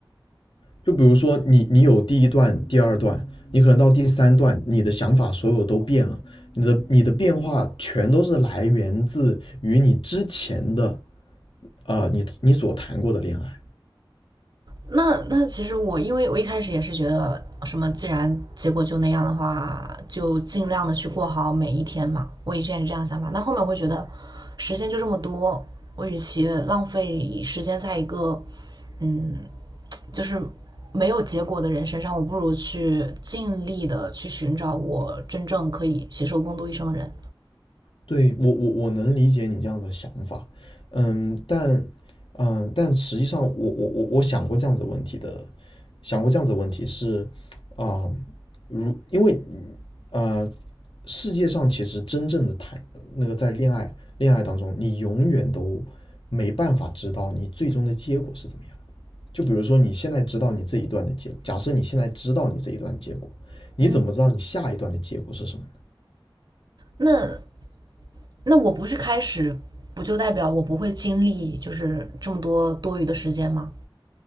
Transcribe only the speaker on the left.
就比如说你你有第一段、第二段，你可能到第三段，你的想法所有都变了，你的你的变化全都是来源自于你之前的，啊，你你所谈过的恋爱。
对，我我我能理解你这样的想法，嗯，但嗯，但实际上我，我我我想过这样子的问题的，想过这样子的问题是，啊、如因为呃，世界上其实真正的谈那个在恋爱恋爱当中，你永远都没办法知道你最终的结果是怎么样。就比如说你现在知道你这一段的结果，假设你现在知道你这一段的结果，你怎么知道你下一段的结果是什么？